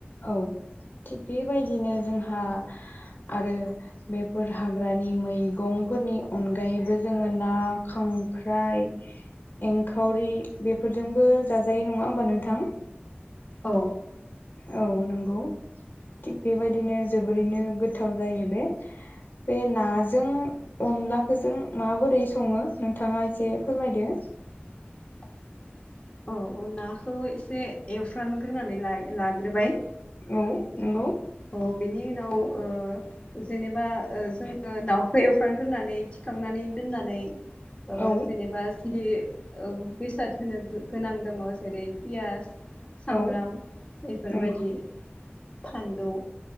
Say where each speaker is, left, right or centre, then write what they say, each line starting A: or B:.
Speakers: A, on the left; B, on the left.
A: औ थिग बेबायदिनो जोंहा। आरो बेफोर हाग्रानि मैगंफोरनि अनगायैबो जोङो ना खां खांख्राइ। एंखावरि बेफोरजोंबो जाजाय नङा होमबा नोंथां।
B: औ।
A: औ नंगौ थिग बेबायदिनो जोबोरैनो गोथाव जायो बे। बे नाजों अनलाखौजों माबोरै सङो नोंथाङा एसे फोरमायदो।
B: <inaudible> औ औ नाखौ एसे एवफ्रानग्रोनानै लाइ लाग्रोबाय।
A: औ नंगौ।
B: औ बिनि उनाव। ओ जेनेबा जोङो एवफ्रांग्रोनानै थिखांनानै दोननानै।
A: औ
B: जेनोबा जि। बेसाद होनो गोनां दङ जेरै पियास। सामब्राम
A: औ
B: बेफोरबायदि
A: नंगौ
B: फानलौ।